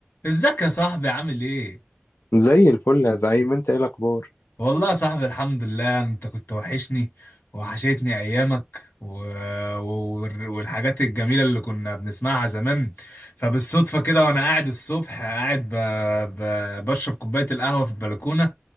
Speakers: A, on the left; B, on the left.
A: ازيك يا صاحبي عامل ايه؟
B: زي الفل يا زعيم انت ايه الاخبار
A: والله يا صاحبي الحمد لله انت كنت وحشني وحشتني ايامك و... و... والحاجات الجميلة اللي كنا بنسمعها زمان فبالصدفة كده وانا قاعد الصبح قاعد ب... ب... بشرب كوباية القهوة في البلكونة